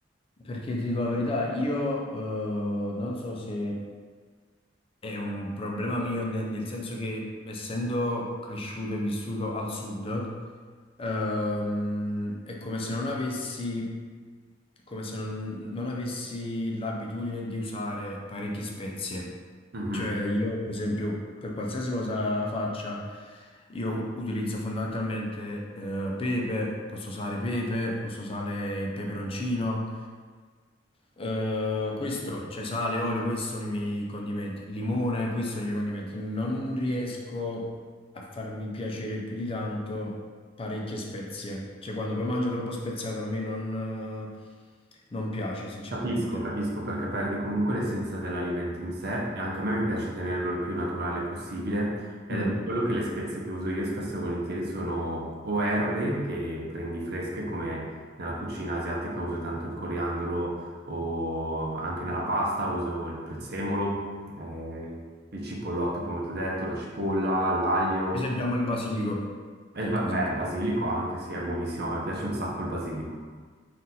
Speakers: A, on the left; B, on the right.
A: Perché ti dico la verità, io eh, non so se È un problema mio nel, nel senso che essendo cresciuto e vissuto al sud, ehm, è come se non avessi, come se non, non avessi l'abitudine di usare parecchie spezie.
B: Mhm.
A: Cioè io, per esempio, per qualsiasi cosa faccia, io utilizzo fondamentalmente eh, pepe, posso usare pepe, posso usare il peperoncino, eh, questo, cioè sale, olio, questi sono i miei condimenti, limone, questi sono i miei condimenti. Non riesco a farmi piacere più di tanto parecchie spezie, cioè quando poi mangio troppo speziato a me non, eh, non piace sinceramente.
B: Capisco, capisco perché perdi comunque l'essenza dell'alimento in sé e anche a me mi piace tenerlo il più naturale possibile ed
A: Mm.
B: è per quello che le spezie che uso io spesso e volentieri sono o erbe che prendi fresche come nella cucina asiatica uso tanto il coriandolo o anche nella pasta uso il prezzemolo, eh, il cipollotto come ti ho detto, la cipolla, l'aglio
A: Per esempio amo il basilico,
B: e
A: ecco
B: il ba-
A: per
B: beh,
A: esempio.
B: il basilico anche se è buonissimo, a me piace un sacco il basilico.